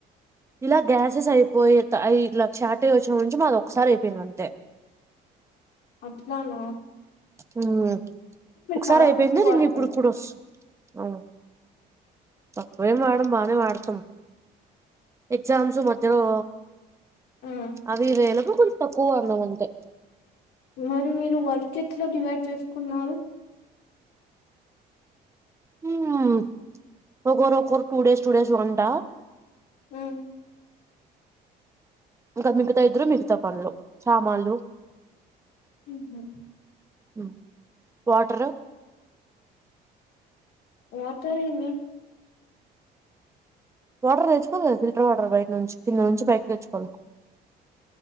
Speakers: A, on the right; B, on the left.
A: ఇలా గ్యాసెస్ అయిపోయి ఇట్ల షార్టేజ్ వచ్చినప్పు నుంచి మాది ఒకసారి అయిపోయింది అంతే
B: అట్లనా
A: ఉహు ఒకసారి
B: చాలా
A: అయిపోయిందా
B: తక్కువ వాడతారు
A: ఇంగ ఇప్పుడు కూడా వస్తా అమ్ తక్కువే మేడం మా అదే వాడతం ఎగ్జామ్స్ మధ్యలో
B: ఆ
A: అవివేలపు తక్కువ అన్న వంతే
B: మరి మీరు వర్కె ఏట్లా డివైడ్ చేసుకున్నారు
A: హమ్ ఒకొరు ఒకొరు టూ డేస్ టూ డేస్ వంట
B: అమ్
A: ఇంకా మిగతా ఇద్దరు మిగతా పనులు సామాన్లు
B: అహుమ్
A: అమ్ వాటరు
B: వాతార్ ఏమి
A: వాటర్ తెచ్చుకోవాలి గద ఫిల్టర్ వాటర్ బయట నుంచి కింద నుంచి పైకి తెచ్చుకోవాలి